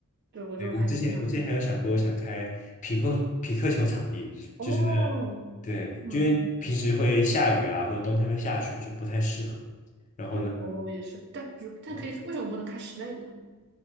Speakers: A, on the right; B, on the left.
A: 对，我就还挺想，
B: 对，我之前我之前还有想过，
A: 嗯嗯
B: 我想开匹克匹克球场地，
A: 哦，
B: 就是那对，
A: 嗯，
B: 因为平时会下雨啊，或者冬天会下雪，就不太适合。然后呢？
A: 对，哦也是，但如但可以，
B: 嗯。
A: 为什么不能开室内的呢？